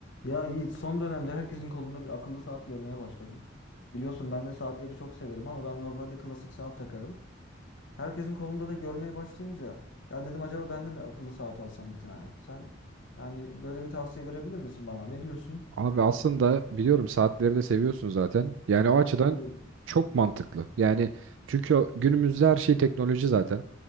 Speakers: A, on the left (about 70°); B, on the right (about 70°).
A: Ya Yiğit son dönemde herkesin kolunda bir akıllı saat görmeye başladım. Biliyorsun ben de saatleri çok severim ama ben normalde klasik saat takarım. Herkesin kolunda da görmeye başlayınca ya dedim acaba ben de mi akıllı saat alsam bir tane? Sen yani böyle bir tavsiye verebilir misin bana? Ne diyorsun?
B: Abi aslında biliyorum saatleri de seviyorsun zaten. Yani o
A: Çok
B: açıdan
A: seviyorum.
B: çok mantıklı. Yani çünkü o- günümüzde her şey teknoloji zaten.